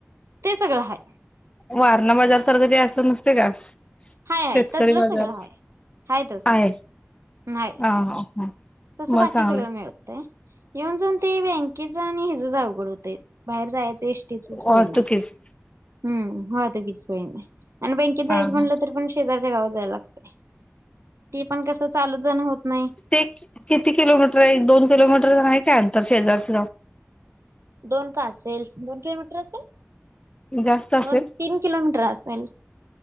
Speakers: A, on the right; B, on the left.
A: ते सगळं आहेय.
B: वारणा बाजार सारखंच ते असतं नुसतय कां.
A: हाय हाय
B: शेतकरी
A: तसलं
B: बाजार
A: सगळं हाय हाय तसं
B: आहे.
A: नाही
B: हा, हा, हा,
A: तसं
B: मग
A: बाकी
B: चांगलंय
A: सगळंच मिळतंय. येऊन जाऊन ते बँकेच आणि हेच अवघड होतें बाहेर जाय एस्टीची सोय
B: वाहतुकीच
A: नाहीं हम्म वाहतुकीची सोय नाहीं. आणि बँकेत जायचं
B: हा हा
A: म्हटलं तरी पणं शेजारच्या गावांत जायला लागतय. ते पणं कसं चालतं जाणं होतं नाहीं.
B: ते किती किलोमीटर एक दोन किलोमीटर आहे काय अंतर शेजारच.
A: दोन कां असेल दोन किलोमीटर असेल.
B: गाव जास्त असेल
A: दोन तीनं किलोमीटर असेल.